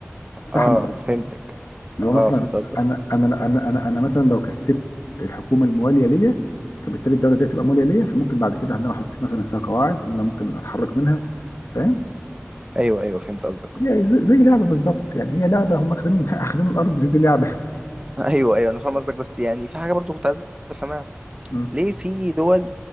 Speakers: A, on the left; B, on the right.
A: مساحه
B: اه
A: من
B: فهمتك
A: اللي هو مثلا
B: اه فهمت قصدك
A: انا انا انا انا انا مثلا لو كسبت الحكومه المواليه ليا فبالتالي الدوله دي هتبقى مواليه ليا فممكن بعد كده ان انا احط مثلا فيها قواعد ان انا ممكن اتحرك منها فاهم
B: ايوه ايوه فهمت قصدك
A: هي زي زي لعبه بالظبط يعني هي لعبه هم اخدين <laughs> اخدين الارض دي لعبه
B: ايوه ايوه انا فاهم قصدك بس يعني في حاجه برضو كنت عايز افهمها
A: مم.
B: ليه في دول